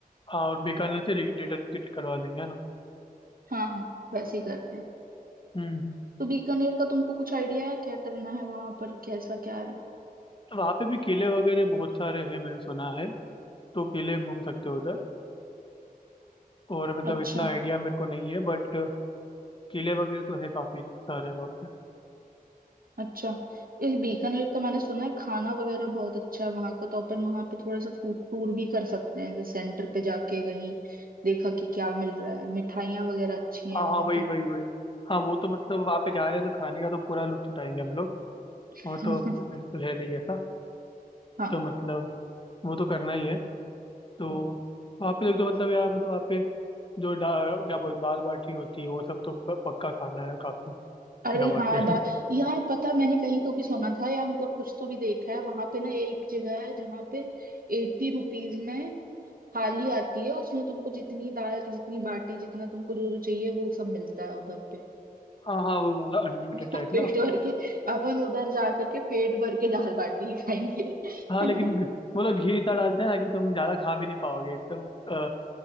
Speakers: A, on the left; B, on the right.
A: हाँ और बीकानेर से रिटर्न किट करवा लेंगे है ना
B: हाँ हाँ वैसे ही करते हैं
A: हम्म हम्म।
B: तो बीकानेर का तुमको कुछ आइडिया है क्या करना है वहां पर कैसा क्या है
A: वहाँ पे भी किले वगैरह बहुत सारे हैं मैंने सुना है तो किले घूम सकते हो उधर और मतलब
B: अच्छा
A: इतना आइडिया मेरे को नहीं है बट किले वगैरह तो है काफी सारे वहाँ पे
B: अच्छा ये बीकानेर का मैंने सुना है खाना वगैरह बहुत अच्छा है वहां का तो अपन वहां पे थोड़ा सा फूड टूर भी कर सकते हैं जैसे सेंटर पे जाके कहीं देखा कि क्या मिल रहा है मिठाइयाँ वगैरह अच्छी हैं
A: हाँ
B: वहां
A: हाँ वही
B: पे
A: वही वही हाँ वो तो मतलब वहाँ पे जा रहे हैं तो खाने का तो पूरा लुत्फ उठाएंगे हम लोग
B: <laughs>
A: वो तो बिल्कुल है नहीं ऐसा
B: हाँ
A: तो मतलब वो तो करना ही है तो वहाँ पे देख तो मतलब यार मतलब वहाँ पे जो डा क्या बोल दाल बाटी होती है वो सब तो प- पक्का खाना है काफी
B: अरे
A: दबा
B: हाँ
A: के
B: दा यार पता मैंने कहीं तो भी सुना था या मतलब कुछ तो भी देखा है वहां पे ना एक जगह है जहाँ पे एट्टी रुपीज में थाली आती है उसमें तुमको जितनी दाल की जितनी बाटी जितना तुमको जो जो चाहिए वो सब मिलता है उधर पे
A: हाँ हाँ वो वाला अनलिमिटेड
B: <laughs>
A: टाइप
B: पेट
A: ना
B: भर के अपन उधर जा करके पेट भर के दाल बाटी खाएंगे <laughs>
A: हाँ लेकिन घ- वो लोग घी इतना डालते हैं ना कि तुम ज्यादा खा भी नहीं पाओगे एकदम अ,